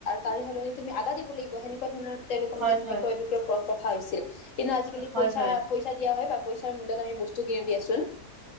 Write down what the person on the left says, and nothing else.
তাৰ সলনি তুমি আদা দিব লাগিব সেনেকুৱা ধৰণৰ তেওঁলোকৰ
মাজত মে
ক্ৰয়
বিক্ৰয় পথ ৰখা হৈছিল কিন্তু আজিকালি
পইচা
পইচা দিয়া হয়। পইচাৰ মূল্যত আমি বস্তু কিনি দিয়াচোন।